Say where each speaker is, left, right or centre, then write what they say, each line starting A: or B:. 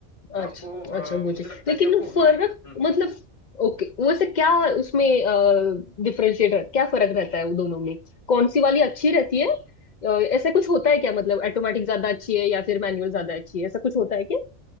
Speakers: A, on the left; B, on the left.
A: अच्छा
B: तो आपको अ,
A: अच्छा वो
B: मुझे
A: चीज
B: लगता
A: लेकिन
B: है कि आपको वे-
A: फर्क
B: हम्म,
A: मतलब ओके वैसे क्या उसमें डिफरेंशिएट क्या फर्क रहता है वो दोनों में कौन सी वाली अच्छी रहती है अ, ऐसा कुछ होता है क्या मतलब ऑटोमेटिक ज्यादा अच्छी है या फिर मैनुअल ज्यादा अच्छी है ऐसा कुछ होता है क्या